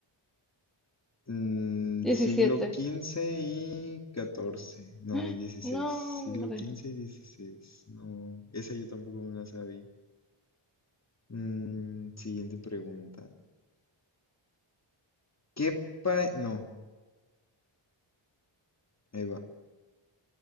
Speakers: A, on the left; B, in the centre.
A: mm,
B: diecisiete
A: siglo XV y XIV, no,
B: <gasps>
A: y XVI.
B: No,
A: Siglo
B: hombre.
A: XV y XVI, no, esa yo tampoco me la sabía. Mm, siguiente pregunta. ¿Qué pa... No, ahí va.